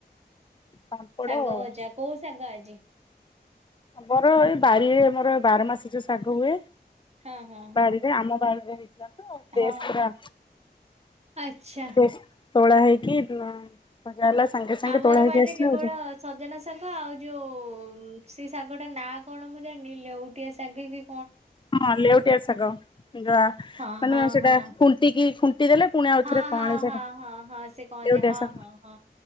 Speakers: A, on the left; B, on the right.
A: ଆଉ ପାମ୍ପଡ଼
B: ଶାଗ
A: ଆଉ।
B: ଭଜା କୋଉ ଶାଗ ଆଜି?
A: ଆମର ଏଇ ବାରିରେ ଆମର ବାର ମାସି ଯୋଉ ଶାଗ ହୁଏ
B: ହଁ ହଁ ହଁ
A: ବାଡ଼ିରେ ଆମ ବାଡ଼ିରେ ହେଇଥିଲାତ ଫ୍ରେସ୍
B: ହଁ
A: ପୁରା
B: ଆଚ୍ଛା।
A: ସେ ତୋଳା ହେଇକି ଭଜାହେଲା ସାଙ୍ଗେ ସାଙ୍ଗେ
B: ଆମର
A: ତୋଳା ହେଇକି
B: ବାଡିରେ
A: ଆସିଲା
B: କେବଳ
A: ଭଜା
B: ସଜନା ଶାଗ ଆଉ ଯୋଉ ସେଶାଗଟା ନା କଣ ମୁଁ ଜାଣିନି ଲେଉଟିଆ ଶାଗକି
A: ହଁ ଲେଉଟିଆ ଶାଗ ଯ
B: ହଁ
A: ମାନେ
B: ହଁ
A: ସେଟା
B: ହଁ
A: ଖୁଣ୍ଟିକି ଖୁଣ୍ଟି ଦେଲେ ପୁଣି ଆଉଥରେ
B: ହଁ
A: କଅଁଳେ
B: ହଁ
A: ସେଟା
B: ହଁ ହଁ ହଁ ସେ କଣ
A: ଲେଉଟିଆ
B: ଯେ ହଁ
A: ଶାଗ
B: ହଁ ହଁ।